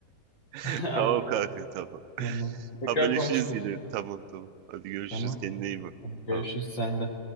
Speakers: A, on the right; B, on the left.
A: <laughs>
B: <laughs> Aynen
A: Tamam kanka tamam. <laughs>
B: tamam. Tekrar
A: Haberleşiriz
B: konuşuruz.
A: yine. Tamam tamam. Hadi görüşürüz.
B: Tamam.
A: Kendine iyi bak.
B: Hadi görüşürüz
A: Tamam.
B: sen de.